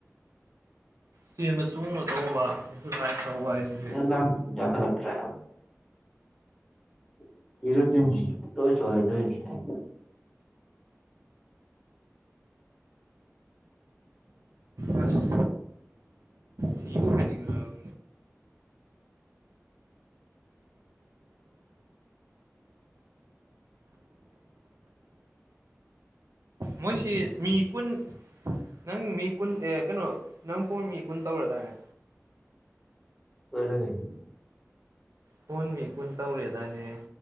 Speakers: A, on the right; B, in the centre.
A: ꯆꯦꯟꯕ ꯆꯣꯡꯕ ꯇꯧꯕ ꯑꯗꯨꯃꯥꯏ ꯇꯧ ꯍꯥꯏꯗꯨꯗꯤ
B: ꯅꯨꯡꯗꯥꯡ ꯄꯨꯡ <inaudible> <unintelligible>
A: ꯑꯁ ꯊꯤꯕꯨ ꯐꯥꯏꯅꯤꯡꯒꯗꯕ ꯃꯣꯏꯁꯤ ꯃꯤ ꯀꯨꯟ ꯅꯪ ꯃꯤ ꯀꯨꯟ ꯑꯦ ꯀꯦꯅꯣ ꯅꯪ ꯐꯣꯟ ꯃꯤ ꯀꯨꯟ ꯇꯧꯔꯗꯥꯏꯅꯦ
B: ꯐꯔꯦꯅꯦ
A: ꯐꯣꯟ ꯃꯤ ꯀꯨꯟ ꯇꯧꯔꯦꯗꯥꯏꯅꯦ